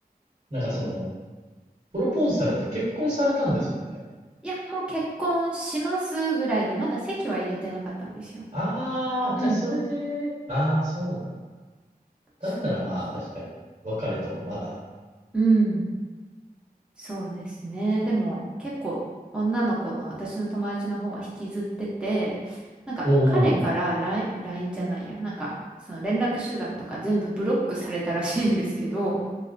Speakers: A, on the right; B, in the centre.
A: なんかその、プロポーズされて結婚されたんですもんね。
B: いや、もう結婚しますぐらいで、まだ籍は入れてなかったんですよ。
A: ああ、
B: うん。
A: じゃあそれで、ああ、そうなんだ。だったらまあ確かに別れてもまだ、
B: そうです。うん。そうですね。でも、結構、女の子の私の友達の方は引きずってて、なんか、
A: おお、
B: 彼からラインラインじゃないや。なんか、その連絡手段とか全部ブロックされたらしいんですけど、